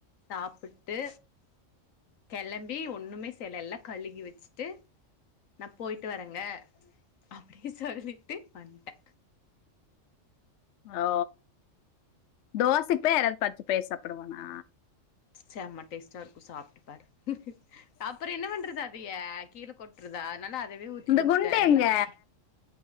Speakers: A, on the left; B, on the left.
A: சாப்ட்டு கெளம்பி ஒன்னுமே செய்ல எல்லா கழுவி வச்சுட்டு நா போய்ட்டு வரேங்க அப்டி சொல்லிட்டு வன்ட்டே
B: ஓ தோசைக்குப்பேய் யாராது பச்ச பயறு சாப்புடுவானா
A: செமா டேஸ்டாருக்கு சாப்ட்டுப்பாரு அப்றோ என்ன பண்றது அதய கீழே கொட் றதா அதனால அதவே ஊத்தி
B: இந்த
A: குடுத்துட்டே
B: குண்டு
A: எல்லாரு
B: எங்க
A: சாப்